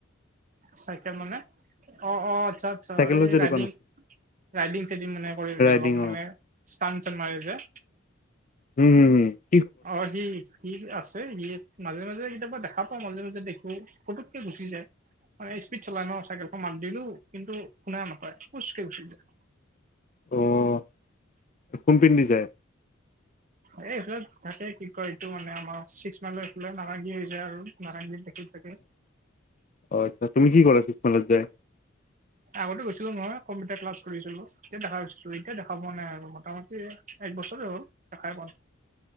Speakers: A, on the right; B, on the left.
A: চাইকেল মানে অ', অ' আচ্ছা, আচ্ছা
B: চাইকেলৰ
A: এই
B: যে
A: ৰাইডিং
B: দোকান আছে
A: ৰাইডিং চাইডিং মানে কৰে যে
B: ৰাইডিঙৰ
A: অলপ মানে ষ্টান চান মাৰে যে
B: উম, উম, উম
A: অ', সি সি আছে! সি মাজে, মাজে কেতিয়াবা দেখা পাওঁ! মাজে, মাজে দেখো পুটুককে গুচি যায়! মানে স্পীড চলাই ন চাইকেলখন মাত দিলোঁ! কিন্তু শুনা নাপায়! ফোচকে গুচি যায়!
B: অ', কোনপিনদি যায়!
A: এ এইফালে থাকে! কি কয় এইটো মানে আমাৰ ছিক্স মাইলৰ এইফালে নাৰেঙ্গী হৈ যায়! আৰু নাৰেঙ্গীত দেখি থাকে!
B: <inaudible> অ', আচ্ছা তুমি কি কৰা ছিস্ক মাইলত যাই <inaudible>
A: আগতে গৈছিলোঁ নহয় কম্পিউটাৰ ক্লাছ কৰিছিলোঁ! তেতিয়া দেখা পাইছোঁ! এতিয়া দেখা পোৱা নাই আৰু মোটামুটি এক বছৰে হ'ল! দেখাই পোৱা নাই!